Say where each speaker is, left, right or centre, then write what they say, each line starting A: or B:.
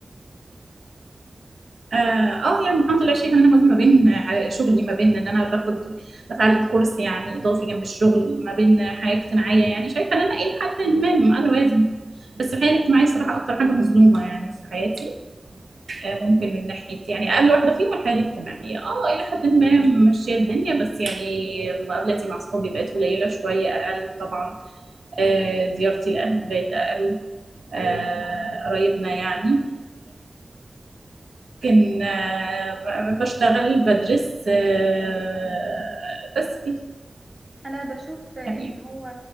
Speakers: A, on the right; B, on the right.
A: اه آه، يعني الحمد لله شايفه ان انا موازنه ما بين آه، شغلي ما بين ان انا باخد بتعلم كورس يعني اضافي جنب الشغل ما بين حياه اجتماعيه يعني شايفه ان انا الى حد ما انا اوازن بس الحياه الاجتماعيه الصراحه اكتر حاجه مظلومه يعني في حياتي آه ممكن من ناحيه يعني اقل واحده فيهم الحياه الاجتماعيه اه الى حد ما ماشيه الدنيا بس يعني مقابلاتي مع صحابي بقت قليله شويه اقل طبعا آه زيارتي لاهلي بقت اقل آه
B: ايوه فعلا
A: قرايبنا يعني لكن آه، بشتغل بدرس آه، بس كده
B: انا بشوف ان
A: يعني
B: هو